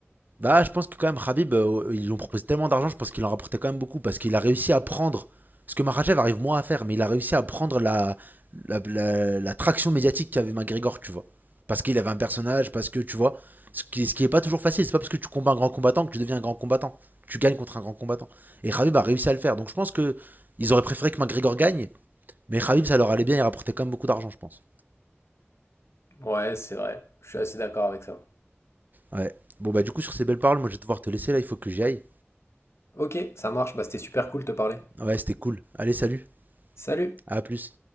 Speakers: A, on the right; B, on the left.
A: Bah, je pense que quand même, Khabib, euh, oh, ils lui ont proposé tellement d'argent, je pense qu'il en rapportait quand même beaucoup parce qu'il a réussi à prendre ce que Makhachev arrive moins à faire, mais il a réussi à prendre la, la, la- la traction médiatique qu'avait McGregor, tu vois. Parce qu'il avait un personnage, parce que tu vois, ce qui, ce qui est pas toujours facile, c'est pas parce que tu combats un grand combattant que tu deviens un grand combattant, que tu gagnes contre un grand combattant. Et Khabib a réussi à le faire, donc je pense que ils auraient préféré que McGregor gagne, mais Khabib ça leur allait bien, il rapportait quand même beaucoup d'argent, je pense.
B: Ouais, c'est vrai. Je suis assez d'accord avec ça.
A: Ouais. Bon bah du coup sur ces belles paroles, moi je vais devoir te laisser là, il faut que j'y aille.
B: OK, ça marche, bah c'était super cool de te parler.
A: Ouais, c'était cool. Allez, salut,
B: Salut.
A: à plus.